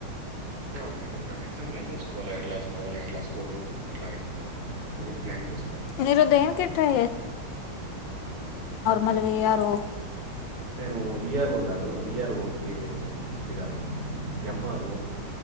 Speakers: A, on the right; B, on the left.
A: ఆ ఫ్యూచర్ ప్లాన్ ఎగ్జామ్ ప్లాన్ చేసుకోవాల ఎట్లా చదవాలి ఎట్లా స్కోప్ అట్లాగే అనుకుంట ప్లాన్ చే
B: మీరు దేనికి ట్రై మల్ల విఆర్ఓ
A: నేను విఆర్ఓ కాదు విఆర్ఓ కి ఇది కాదు ఎంఆర్ఓ